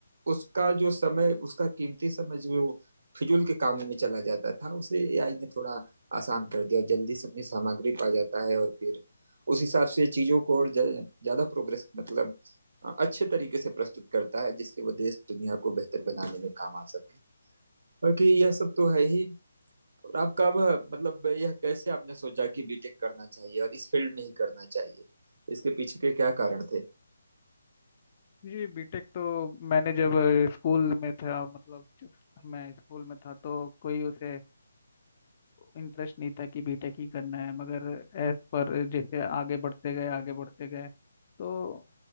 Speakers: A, on the right (about 60°); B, on the left (about 30°).
A: उसका जो समय उसका कीमती समय जो फिजूल के कामों में चला जाता था उसे एआई ने थोड़ा आसान कर दिया और जल्दी से अपनी सामग्री पा जाता है और फिर उस हिसाब से चीजों को और ज- ज्यादा प्रोग्रेस मतलब अ, अच्छे तरीके से प्रस्तुत करता है जिससे वो देश दुनिया को बेहतर बनाने में काम आ सके बाकी यह सब तो है ही और आप कब मतलब यह कैसे आपने सोचा कि बीटेक करना चाहिए और इस फील्ड में ही करना चाहिए इसके पीछे के क्या कारण थे
B: जी बीटेक तो मैंने जब अ, स्कूल में था मतलब जब मैं स्कूल में था तो कोई उसे इंटरेस्ट नहीं था कि बीटेक ही करना है मगर एज पर जैसे आगे बढ़ते गए आगे बढ़ते गए तो